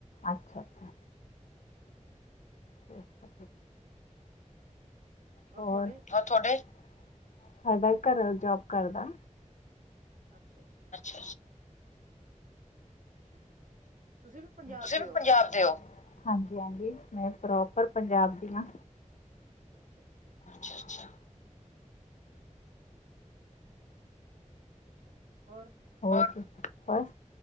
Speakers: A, on the left; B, on the right.
A: ਅੱਛਾ, ਅੱਛਾ।
B: ਹਮ। <unintelligible>
A: ਠੀਕ। <unintelligible>
B: ਉਹ
A: ਹੋਰ,
B: ਤੁਹਾਡੇ
A: ਹੋਰ ਥਾਡੇ? ਸਾਡਾ ਘਰਆਲਾ ਜੋਬ ਕਰਦਾ।
B: ਅੱਛਾ, ਅੱਛਾ।
A: ਹ <unintelligible>
B: ਅੱਛਾ ਤੁਸੀਂ ਵੀ ਪੰਜਾਬ
A: ਤੁਸੀਂ
B: ਦੇ
A: ਵੀ
B: ਹੋ
A: ਪੰਜਾਬ ਦੇ ਹੋ? ਹਾਂਜੀ, ਹਾਂਜੀ ਮੈਂ ਪ੍ਰੋਪਰ ਪੰਜਾਬ ਦੀ ਹਾਂ।
B: ਅੱਛਾ, ਅੱਛਾ।
A: ਅੱਛਾ, ਅੱਛਾ।
B: ਹੋਰ?
A: ਹੋਰ, ਬਸ